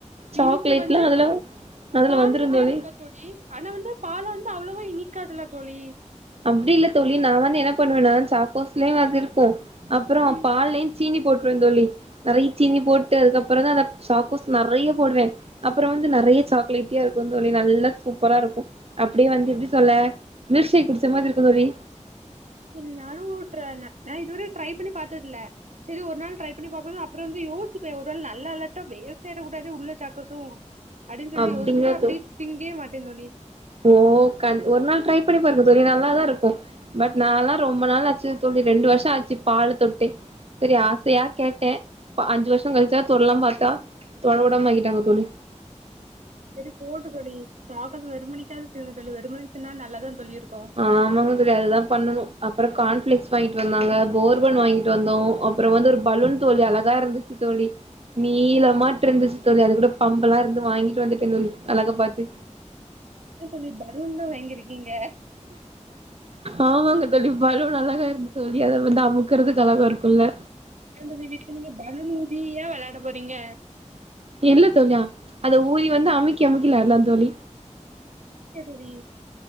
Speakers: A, on the right (about 50°); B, on the right (about 70°).
A: சாக்லேட்லா
B: இனிப்பு வந்து
A: அதெல்லா அதுல
B: பால்ல
A: வந்துரு
B: போய்ரும்ல
A: தோழி
B: தோடி ஆனா வந்து பால்ல வந்து அவ்வளவா இனிக்காதுல்ல தோழி
A: அப்படி இல்ல தோழி நா வந்து என்ன பண்ணுவே நா சாக்கோஸ்லயூ அதுருக்கூ அப்புறோ
B: ம்
A: பால்லயூ சீனி போட்டுருவேன் தோழி நறைய சீனி போட்டு அதுக்கப்புறம் தான் அந்த சாக்கோஸ் நறைய போடுவே அப்புறோ வந்து நறய சாக்லேட்டியா இருக்கூ தோழி நல்லா சூப்பரா இருக்கூ அப்படியே வந்து எப்படி சொல்ல மில்க் ஷேக் குடிச்ச மாதிரி இருக்கோ தோழி
B: இர்தாலூ ட்ரா நா இதுவரையூ ட்ரை பண்ணி பா்த்ததுல சரி ஒரு நாள் ட்ரை பண்ணி பாப்போ அப்புறோ வந்து யேசிப்பெ ஒரு வேல நல்லா இல்லாட்டா வேஸ்ட் ஆயிட கூடாதெ உள்ள சாக்கோசூ அப்டின் சொல்லி
A: அப்டிங்க
B: யோசிச்சிட்டு அப்படியே
A: தோ
B: திங்க மாட்டே தோழி
A: ஓ கான் ஒரு நாள் ட்ரை பண்ணி பாருக்க தோழி நல்லாதா இருக்கூ பட் நால்லா ரொம்ப நாள் ஆச்சுங்க தோழி ரெண்டு வருஷோ ஆச்சு பாலேதொட்டோ சரி ஆசையா கேட்டே அஞ்சு வருஷொ கழிச்சிதா தெட்லா பார்த்தா தெ விடாம ஆக்கிட்டாங்க தோழி
B: சேரி போட்டூ தோழி சாக்கோஸ் வெறுமணிக்காத திங்கனோ தோழி வெறுமணிக்கு தின்னா நல்லாதா தோழி இருக்கூ
A: ஆமாங்க தோழி அதுதா பண்ணனும் அப்புறோ கான்ஃபிளிக்ஸ் வாங்கிட்டு வந்தாங்க போர்பன் வாங்கிட்டு வந்தோ அப்புறோ வந்து ஒரு பலூன் தோழி அழகா இருந்துச்சு தோழி நீளமாட் இருந்துச்சு தோழி அது கூட பம்பெல்லா இருந்து வாங்கிட்டு வந்துட்டே தோழி அழகா பா்த்து
B: என்ன தோழி பலூன்லா வாங்கிருக்கீங்க
A: ஆமாங்க தோழி பலூன் அழகா இருந் தோழி அத வந்து அமுக்குறதுக்கு அழக இருக்குல்ல
B: ஆ தோழி வீட்ல நீங்க பலூன் ஊதியா வெளாட போறீங்க
A: இல்ல தோழியா அத ஊதி வந்து அமுக்கி அமுக்கி வெளாட்லா தோழி
B: எதூடி